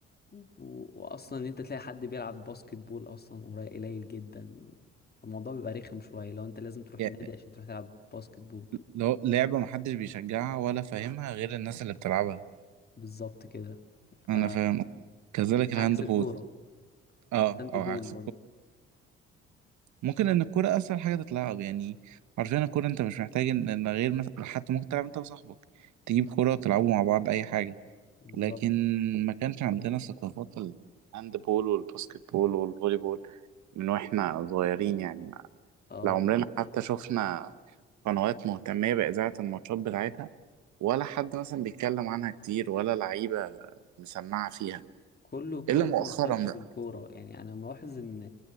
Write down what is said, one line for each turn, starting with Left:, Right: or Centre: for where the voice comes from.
Left: و... واصلا ان انت تلاقي حد بيلعب باسكت بول اصلا قريب قليل جدا فالموضوع بيبقى رخم شوية لو انت لازم تروح
Right: يعني
Left: النادي عشان تروح تلعب باسكت بول
Right: لو لعبة محدش بيشجعها ولا فاهمها غير الناس اللي بتلعبها
Left: بالظبط كده ف
Right: انا فاهم كذلك
Left: عكس
Right: الهاند
Left: الكورة
Right: بول اه
Left: الهاند
Right: او
Left: بول
Right: عكس
Left: برضه
Right: ممكن ان الكوره اسهل حاجه تتلعب يعني عارفين الكوره انت مش محتاج ان إن غير مثلا حتى ممكن تلعب انت وصاحبك تجيب كوره وتلعبوا مع بعض اي حاجه
Left: بالظبط
Right: لكن ما كانش عندنا ثقافات الهاند بول والباسكت بول والفولي بول من واحنا صغيرين يعني ما
Left: اه
Right: لا عمرنا حتى شفنا قنوات مهتمية بإذاعة الماتشات بتاعتها ولا حد مثلا بيتكلم عنها كتير ولا لعيبة مسمعة فيها
Left: كله كله
Right: إلا مؤخرا
Left: مهتم
Right: بقى
Left: بالكورة يعني أنا ملاحظ إن